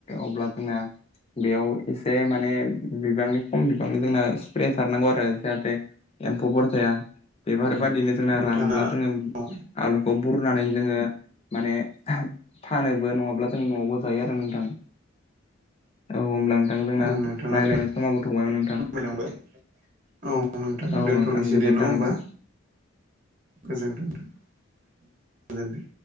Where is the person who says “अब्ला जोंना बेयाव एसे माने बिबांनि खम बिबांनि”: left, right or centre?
Left